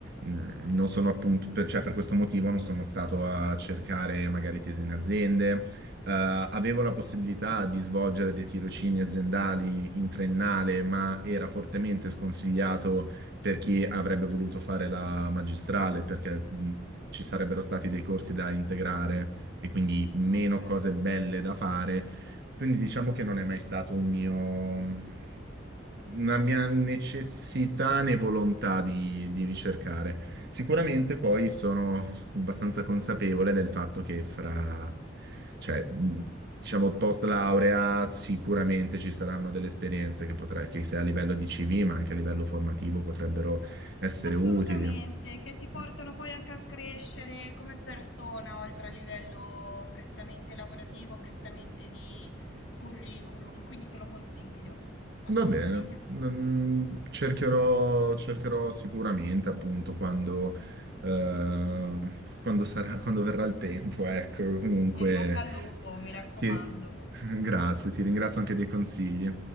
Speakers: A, on the right (about 55°); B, on the left (about 75°).
A: Mm, Non sono appunto, per, cioè per questo motivo non sono stato a cercare magari tesi in aziende, eh, avevo la possibilità di svolgere dei tirocini aziendali in triennale, ma era fortemente sconsigliato per chi avrebbe voluto fare la magistrale, perché mh, ci sarebbero stati dei corsi da integrare e quindi meno
B: Ah, ok.
A: cose belle da fare. Quindi diciamo che non è mai stato un mio, mh, una mia necessità né volontà di, di ricercare. Sicuramente poi sono abbastanza consapevole del fatto che fra cioè, mh, diciamo, post laurea sicuramente ci saranno delle esperienze che, potrai, che sia a livello di CV, ma anche a livello formativo potrebbero essere
B: Assolutamente,
A: utili.
B: che ti
A: Sì.
B: portano poi anche a crescere come persona, oltre a livello prettamente lavorativo, prettamente di curriculum, quindi te lo consiglio, assolutamente
A: Va bene,
B: te lo
A: Mm,
B: consiglio.
A: cercherò, cercherò sicuramente appunto quando, eh, quando sarà, quando verrà il tempo, ecco, comunque
B: In bocca al lupo, mi raccomando.
A: ti- <laughs> grazie, ti ringrazio anche dei consigli.